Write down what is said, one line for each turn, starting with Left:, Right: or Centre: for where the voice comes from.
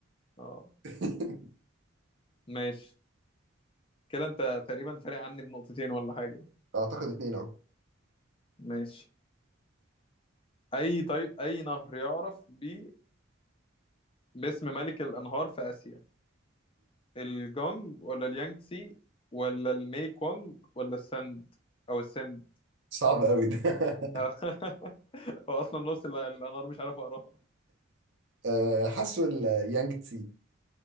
Left: اه
Right: <laughs>
Left: ماشي كده انت تقريبا فارق عني بنقطتين ولا حاجه
Right: اعتقد اتنين اهو
Left: ماشي اي طيب اي نهر يعرف بي باسم ملك الانهار في اسيا الجونج ولا اليانجتسي ولا المي كونج ولا السند او السند
Right: صعب قوي ده <laughs>
Left: آه. <laughs> هو اصلا نص ال- الانهار مش عارف اقراها
Right: آه حاسه اليانج تسي